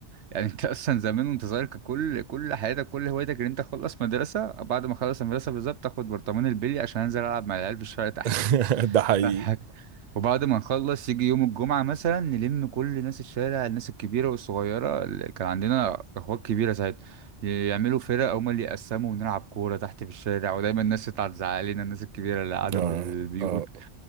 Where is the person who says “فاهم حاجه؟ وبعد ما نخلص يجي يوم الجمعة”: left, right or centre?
Right